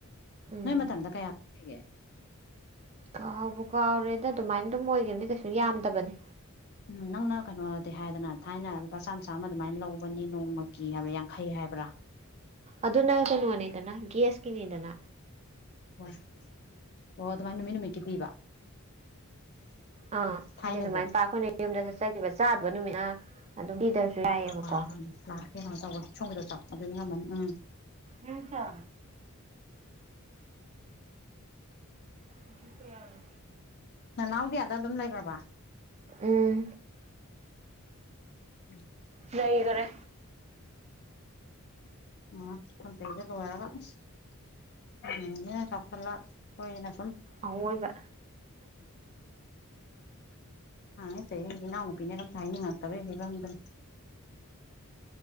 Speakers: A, on the right; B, on the left.
A: ꯎꯝ
B: ꯅꯣꯏ ꯃꯇꯝꯗ ꯀꯌꯥ ꯌꯦ
A: ꯀꯥꯎꯕ ꯀꯥꯎꯔꯦꯗ ꯑꯗꯨꯃꯥꯏꯅ ꯑꯗꯨꯝ ꯑꯣꯏꯈꯤꯕꯅꯤ ꯀꯩꯁꯨ ꯌꯥꯝꯗꯕꯅꯤ
B: ꯎꯝ ꯅꯪꯅ ꯀꯩꯅꯣꯗꯤ ꯍꯥꯏꯗꯅ ꯊꯥꯏꯅ ꯂꯨꯄꯥ ꯆꯥꯝꯃ ꯆꯥꯝꯃ ꯑꯗꯨꯃꯥꯏꯅ ꯂꯧꯕꯅꯤ ꯅꯣꯡꯃꯒꯤ ꯍꯥꯏꯕ꯭ꯔꯥ ꯌꯥꯡꯈꯩ ꯍꯥꯏꯕ꯭ꯔꯥ
A: ꯑꯗꯨꯅ ꯀꯩꯅꯋꯥꯅꯤꯗꯅꯥ ꯦꯁ ꯀꯅꯤꯗꯅꯥ
B: ꯑꯣ ꯑꯣ ꯑꯗꯨꯃꯥꯏꯅ ꯅꯨꯃꯤꯠ ꯅꯨꯃꯤꯠꯀꯤ ꯄꯤꯕ
A: ꯑꯥ
B: ꯊꯥꯏꯅꯁꯦ
A: ꯍꯥꯏꯗꯤ ꯑꯗꯨꯃꯥꯏꯅ ꯄ ꯑꯩꯈꯣꯏꯅ ꯌꯨꯝꯗ ꯆꯠꯆꯈꯤꯕ ꯆꯥꯗꯕ ꯅꯨꯃꯤꯠꯅ ꯑꯗꯨꯝ ꯄꯤꯗꯕꯁꯨ ꯌꯥꯏꯑꯕꯀꯣ
B: ꯑꯥꯅꯤ ꯂꯥꯛꯀꯦ ꯀꯩꯅꯥꯏꯣ ꯇꯧꯋ ꯁꯣꯝꯒꯤꯗ ꯆ ꯑꯗꯨ ꯉꯝꯃꯅꯤ ꯎꯝ
A: ꯎꯝ ꯆ ꯍꯧꯁꯨ ꯀꯌꯥꯔ
B: ꯅꯥꯎꯗꯤ ꯑꯗ ꯑꯗꯨꯝ ꯂꯩꯈ꯭ꯔꯕ
A: ꯎꯝ
B: ꯎꯝ
A: ꯂꯩꯏ ꯈꯔꯦ
B: ꯑ ꯊ ꯀꯖ ꯂꯋꯥꯒ ꯎ ꯆꯄꯂꯣꯏꯅ
A: ꯑꯋꯣꯏꯕ
B: ꯑꯇ ꯌꯦ ꯄꯤꯅ ꯀꯝ ꯇꯩꯅ ꯇꯕꯒꯕꯗ